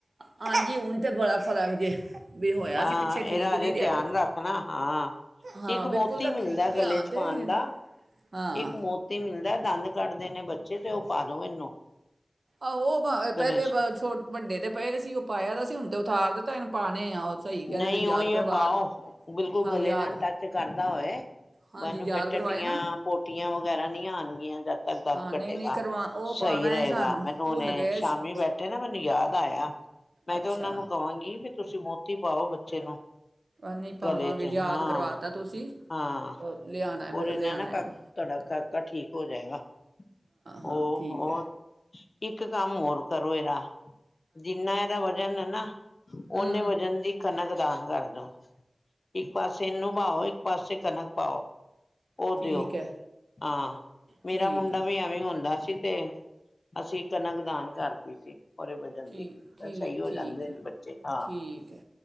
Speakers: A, on the right; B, on the left.
A: ਹਾਂਜੀ ਹੁਣ ਤੇ <unintelligible> ਵੀ ਹੋਇਆ
B: ਵ
A: ਸੀ ਪਿੱਛੇ ਠੀਕ
B: ਇਹਦਾ
A: ਨਹੀਂ
B: ਅਜੇ
A: ਰਿਹਾ
B: ਧਿਆਨ
A: ਤੇ
B: ਰੱਖਣਾ ਹਾਂ
A: ਹਾਂ
B: ਇੱਕ
A: ਬਿਲਕੁਲ
B: ਮੋਤੀ
A: ਰੱਖੀ
B: ਮਿਲਦਾ
A: ਦਾ ਧਿਆਨ
B: ਗਲੇ ਚ
A: ਤੇ
B: ਪਾਉਣ ਦਾ
A: ਹਾਂ
B: ਇੱਕ ਮੋਤੀ ਮਿਲਦਾ ਦੰਦ ਕੱਢ ਦੇ ਨੇ ਬੱਚੇ ਤੇ ਉਹ ਪਾ ਦੋ ਇਹਨੂੰ
A: ਆਹੋ ਪਹਿਲੇ
B: ਗਲੇ ਚ
A: ਛੋ ਵੱਡੇ ਤੇ ਪਏ ਸੀ ਪਾਇਆਦਾ ਸੀ ਹੁਣ ਤੇ ਉਥਾਰ ਦੇ ਤਨ ਪਾਉਣੇ ਆ ਉਹ ਸਹੀ ਕਹਿ
B: ਨਹੀਂ
A: ਰਹੇ ਤੁਸੀਂ ਯਾਦ
B: ਉਹੀ
A: ਕਰਵਾ
B: ਹੈ ਪਾਓ ਬਿਲਕੁਲ
A: ਹਾਂ
B: ਗਲੇ
A: ਯਾਦ
B: ਨਾਲ ਟੱਚ ਕਰਦਾ ਹੋਏ
A: ਹਾਂਜੀ
B: ਮਨੂੰ
A: ਯਾਦ
B: ਫੇਿਰ ਟਟੀਆਂ
A: ਕਰਵਾਇਆ ਨਾ
B: ਪੋਟੀਆਂ ਵ ਵਗੈਰਾ ਨਹੀਂੀ ਆਉਣ ਜਦ ਤੱਕ ਦੰਦ
A: ਹਾਂ
B: ਕੱਢੇਗਾ
A: ਨਹੀਂ ਨਹੀਂ ਕਰਵਾ ਉਹ ਪਾਣਾ
B: ਸਹੀ ਰਹੇਗਾ
A: ਹੈ ਸਾਨੂੰ
B: ਮੈਨੂੰ
A: ਭੁੱਲ
B: ਹੁਨੇ
A: ਗਏ
B: ਸ਼ਾਮੀ
A: ਸੀ
B: ਬੈਠੇ ਨਾ ਮੈਨੂੰ ਯਾਦ ਆਇਆ ਮੈਂ
A: ਅੱਛਾ
B: ਕਿਹਾ ਉਹਨਾਂ ਨੂੰ ਕਹਾਂਗੀ ਤੁਸੀਂ ਮੋਤ ਟੀ ਪਾਓ ਬੱਚੇ ਨੂੰ
A: ਨਹੀਂ ਪਾਵਾਂਗੇ
B: ਗਲੇ ਚ
A: ਯਾਦ
B: ਹਾਂ
A: ਕਰਵਾ ਤਾ ਤੁਸੀਂ
B: ਹਾਂ
A: ਲਿਆਣਾ ਏ
B: ਔਰ ਇਹਨਾਂ
A: ਲਿਆਣਾ
B: ਨਾ ਕਾ
A: ਹੈ ਓ
B: ਤੁਹਾਡਾ ਕਾਕਾ ਠੀਕ ਹੋ ਜਾਏਗਾ
A: ਹਾਂ
B: ਹੋ
A: ਠੀਕ
B: ਹੋਰ
A: ਹੈ
B: ਇੱਕ ਕੰਮ ਹੋਰ ਕਰੋ ਇਹਦਾ ਜਿੰਨਾ ਇਹਦਾ ਵਜ਼ਨ ਹੈ ਨਾ
A: ਹਮ
B: ਓਨੇ ਵਜਨ ਦੀ ਕਣਕ ਦਾਨ ਕਰਦੋ, ਇੱਕ ਪਾਸੇ ਨੂੰਭਓ ਇੱਕ ਪਾਸੇ ਕਣਕ ਪਾਓ ਉਹ
A: ਠੀਕ
B: ਦਿਓ
A: ਹੈ
B: ਹਾਂ ਮੇਰਾ
A: ਠੀਕ
B: ਮੁੰਡਾ
A: ਹੈ
B: ਵੀ ਐਵੇਂ ਹੁੰਦਾ ਸੀ ਤੇ ਅਸੀਂ ਕਣਕ ਦਾਨ ਕਰਦੀ ਸੀ ਰੇ ਵਜਨ
A: ਠੀਕ
B: ਦੀ
A: ਠੀਕ
B: ਸਹੀ ਹੋ
A: ਠੀਕ
B: ਜਾਂਦੇ ਨੇ
A: ਹੈ,
B: ਬੱਚੇ ਹਾਂ
A: ਠੀਕ ਹੈ